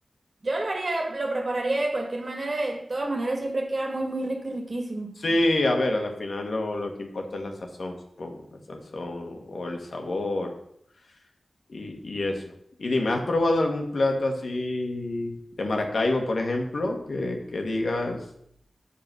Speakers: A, on the right; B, on the left.
A: Yo lo haría, lo prepararía de cualquier manera, de todas maneras siempre queda muy, muy rico y riquísimo.
B: Sí, a ver, al final lo, lo que importa es la sazón, supongo, la sazón o el sabor. y, y eso. Y dime, ¿has probado algún plato así de Maracaibo, por ejemplo, que, que digas,